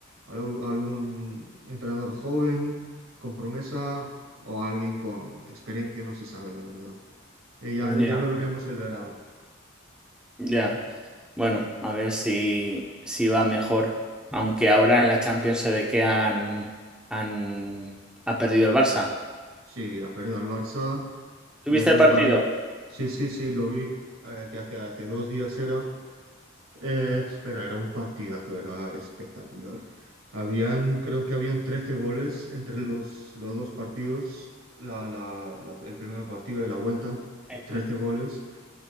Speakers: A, on the right; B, in the centre.
A: algú- algún entrenador joven con promesa o alguien con experiencia, no se sabe la verdad. Eh, ya,
B: Ya,
A: ya lo veremos el verano.
B: ya. Bueno, a ver si, si va mejor. Aunque ahora en la Champions se ve que han, han ha perdido el Barça.
A: Sí, ha perdido al Barça
B: ¿Tuviste
A: y hace
B: el
A: un
B: partido?
A: par de... Sí, sí, sí, lo vi, eh, que hace, hace dos días era. Eh, pero era un partidazo, era espectacular. Habían, creo que habían 13 goles entre los, los dos partidos, la- la- la- el primer partido de la vuelta,
B: Sí.
A: 13 goles.